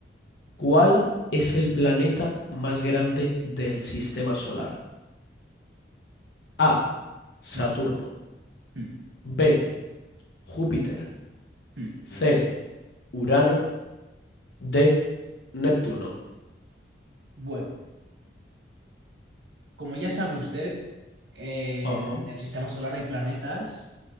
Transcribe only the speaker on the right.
ujú, ujú,
ujú.
Bueno, como ya sabe usted, en
el sistema solar hay planetas,